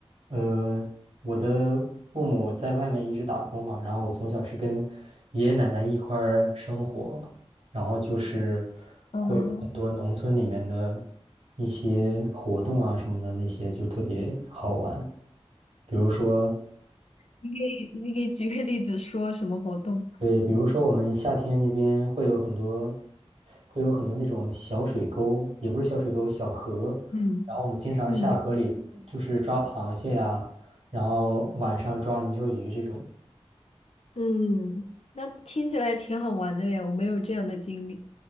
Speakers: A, on the right; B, on the left.
A: 呃，我的父母在外面一直打工嘛，然后我从小是跟爷爷奶奶一块儿生活，然后就是
B: 嗯
A: 会有很多农村里面的一些活动啊什么的，那些就特别好玩，比如说
B: 你给你给举个例子说什么活动？
A: 对，比如说我们夏天那边会有很多，会有很多那种小水沟，也不是小水沟，小河。
B: 嗯
A: 然后我们经常下河里，
B: 嗯
A: 就是抓螃蟹呀，然后晚上抓泥鳅鱼这种。
B: 嗯，那听起来挺好玩的耶，我没有这样的经历。